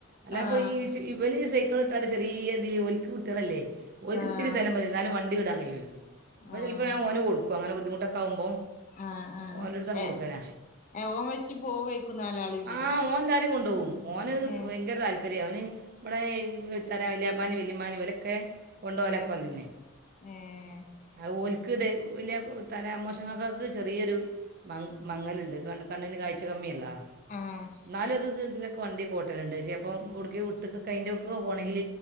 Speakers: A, on the right; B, on the left.
A: അല്ലപ്പൊ
B: ആഹ്
A: ഈ ഇവല് സൈക്കളിട്ടാ ചെറിയ ഇതില് ഓല്ക്ക് കുട്ട്യേളല്ലേ ഓല്ക്കിത്തിരി
B: ആഹ്
A: സ്ഥലം മതിന്നാലും വണ്ടി ണ്ടി ടാൻ കയ്യും ഓല്ചെല്പ
B: ആഹ്
A: ഓന് കൊടുക്കും അങ്ങന ബുദ്ധിമുട്ടൊക്കെ ആകുമ്പോ
B: ആഹ് ആഹ്
A: ഓന്റെടുത്തണ്
B: ഏഹ്
A: കൊടുക്കല
B: ഏഹ് ഓൻ വെച്ച് പോവേക്കും നാലാളീം കൂടി
A: ആഹ് ഓൻ എല്ലാരേം കൊണ്ടോവും മോന്
B: ഏഹ്
A: ഭയങ്കര താല്പര്യ അവന് ഇവടെ തരാ വല്ലിപ്പാനേം വല്ലിമ്മാനേം ഓലൊക്കെ കൊണ്ടോലൊക്കെ
B: ഏഹ്
A: ഓതന്നെ
B: ഏഹ്
A: ആഹ് ഓൽക്ക്ട് വലിയ തല മ്മോശകാക്കക്ക് ചെറിയൊരു മ മങ്ങല്ണ്ട് കണ്ണ് കണ്ണിന് കാഴ്ച കമ്മിയിള്ളാ
B: ആഹ്
A: ന്നാലും അത് ഇതിനൊക്കെ വണ്ടി ഒക്കെ ഓട്ടലുണ്ട ചെലപ്പം ഉടുക്കി വീട്ടിക്കൊക്കായിട്ട് എവിട്ക്കെങ്കിലും പോണെങ്കിൽ